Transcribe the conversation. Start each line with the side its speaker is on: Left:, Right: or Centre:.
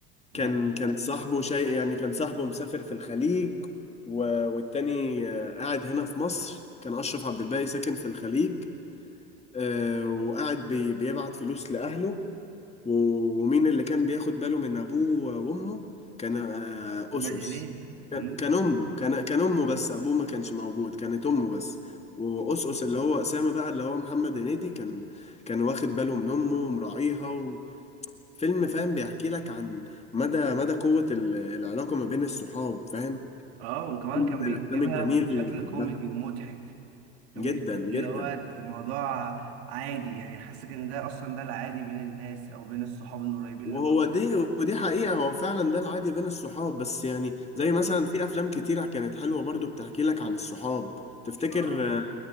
Right: ده
Left: كان كان صاحبه شيء يعني كان صاحبه مسافر في الخليج و... والتاني آه، قاعد هنا في مصر كان أشرف عبد الباقي ساكن في الخليج آه، وقاعد بي... بيبعت فلوس لأهله و- ومين اللي كان بياخد باله من أبوه وأمه كان آه،
Right: محمد
Left: أس أس،
Right: هنيدي
Left: كان
Right: مم.
Left: كان أمه كان كان أمه بس أبوه ما كانش موجود كانت أمه بس وأس اللي هو أسامة بقى اللي هو محمد هنيدي كان كان واخد باله من أمه ومراعيها فيلم فاهم بيحكي لك عن مدى مدى قوة ال- العلاقة ما بين الصحاب فاهم
Right: اه وكمان
Left: فيلم
Right: كان
Left: من
Right: بيجيبها
Left: الأفلام الجميل
Right: بشكل
Left: اللي بحبها
Right: كوميدي ومضحك كان
Left: جدا
Right: بيخليك
Left: جدا
Right: اللي هو الموضوع عادي يعني حاسك ان ده اصلا ده العادي بين الناس او بين الصحاب القريبين
Left: وهو
Right: لبعض
Left: دي ودي حقيقة هو فعلا ده العادي بين الصحاب بس يعني
Right: بالظبط.
Left: زي مثلا في أفلام كتيرة كانت حلوة برضو بتحكي لك عن الصحاب تفتكر
Right: اه
Left: آه،